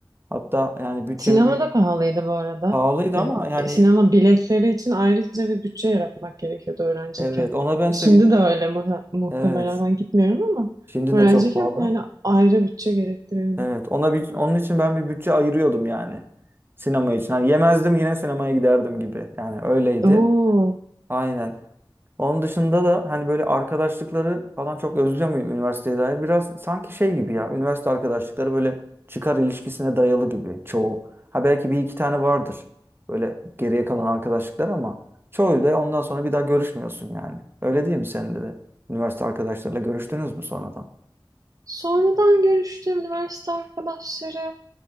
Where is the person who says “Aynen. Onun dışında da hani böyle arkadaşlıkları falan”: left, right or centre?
Right